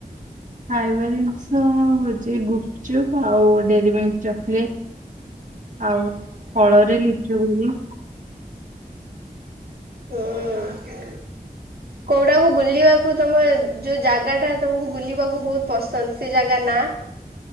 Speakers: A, on the right; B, on the right.
A: ଫାଇଭ ହଉଛି ଗୁପଚୁପ୍ ଆଉ ଡେରି ମ ଚକୋଲେଟ ଆଉ ଫଳରେ ଲିଚୁ ବୋଲି
B: ହଁ କୋଉଟାକୁ ବୁଲିବାକୁ ତମେ ଯୋଉ ଜାଗା ଟା ତମକୁ ବୁଲିବାକୁ ବହୁତ ପସନ୍ଦ ସେ ଜାଗା ନା